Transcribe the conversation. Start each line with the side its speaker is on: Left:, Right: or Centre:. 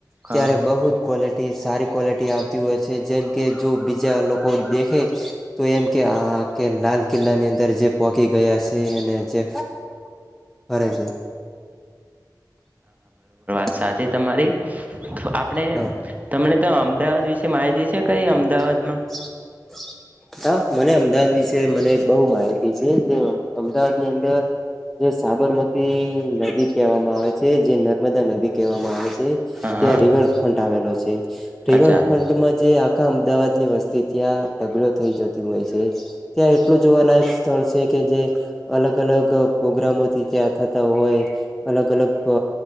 Right: હા
Centre: ત્યાં બહુ જ કોલેટી એ સારી ક્વોલિટી આપ. હોય છે, જેમકે જો બીજા લોકો દેખે તો એમ કે આ કે લાલ કિલ્લા ની અંદર જે પો કી ગયા છે, અને જે ફરે છે. <unintelligible>
Right: સાથેજ. તમારી આપણે
Centre: હા
Right: તમને તો અમદાવાદ વિશે માહિતી છે કંઈ અમદાવાદ?
Centre: <unintelligible> હા, મને અમદાવાદ વિશે મને બહુ માહિતી છે, જે અમદાવાદ ની અંદર જે સાબરમતી નદી કહેવામાં આવે છે, જે નદી. નર્મદા નદી કહેવામાં આવે છે,
Right: હા
Centre: ત્યાં
Right: હા
Centre: રિવરફંડ આવેલો છે, રિવર
Right: અચ્છા
Centre: ફંડમાં જે. અમદાવાદ ની વસ્તી ત્યાં ઢગલો થઈ જતી હોય છે, ત્યાં એટલું જોવાલાયક સ્થળ છે કે જે અલગ અલગ પ્રોગ્રામોથી ત્યાં. રહેતા હોય અલગ અલગ. પ્ર